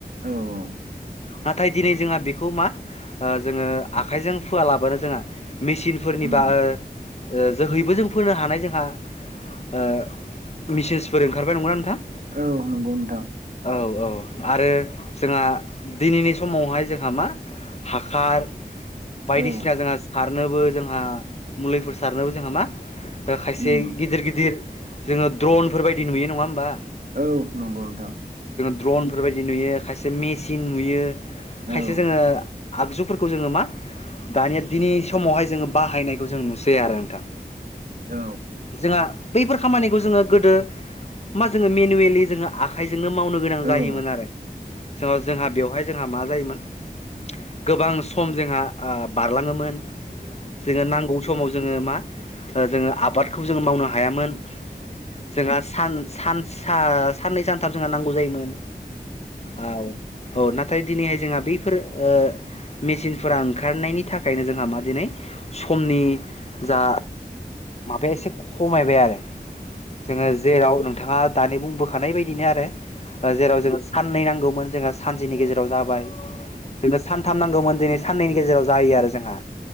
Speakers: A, on the right (about 60°); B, on the left (about 40°).
A: औ औ।
B: नाथाय दिनै जोंहा बेखौ मा? ओ जोङो
A: औ
B: आखाइजों फोआ ला बानो जोंआ मेसिनफोरनि
A: उम
B: बा ओ ओ जोहैबो जों फोनो हानाय जोंहा ओ मिसिनसफोर ओंखारबाय नंङा होनबा नोंथां।
A: औ नंगौ नोंथां।
B: औ औ आरो जोंहा दिनैनि समावहाय जोंहा मा हाखार बायदिसिना
A: औ
B: जोंना सार सारनोबो जोंहा मुलिफोर सारनोबो जोंहा मा। खायसे
A: उम
B: गिदिर गिदिर जोङो दड्रनफोर बायदि नुयो नङा होनोमबा।
A: औ नंगौ नोंथां।
B: द्रनफोरबायायदि नुयो खायसे मेसिन नुयो।
A: नंगौ
B: खायसे जोङो आगजुफोरखौ जोङो मा दानिया दिनै समावहाय जोङो बाहायनायखौ जों नुसै आरो नोंथां
A: औ
B: जोंहा बैफोर खामानिखौ जोङो गोदो मा जोङो मेनुवेलि जोङो आखाइजों जोंनो मावनो गोनां
A: औ
B: जायोमोन आरो <unintelligible> जोंहा मा जायोमोन गोबां सम जोंहा ओ बारलाङोमोन जोङो नांगौ समाव जोङो जोङो आबादखौ जोङो मावनो हायामोन जोंहा सान सान सा साननै सानथाम जोंहा नांगौ जायोमोन औ औ नाथाय दिनैहाय जोंहा बैफोर ओ मेसिनफोरा ओंखारनायनि थाखायनो जोंहा मा दिनै समनि जा माबाया एसे खमायबाय आरो जोङो जेराव नोंथाङा दानि बुंबोखानाय बायदिनो आरो जेराव जोङो साननै नांगौ मोन जोंहा सानसेनि गेजेराव नुबाय जोंनो सानथाम नांगौमोन दिनै साननैनि गेजेराव जायो आरो जोंहा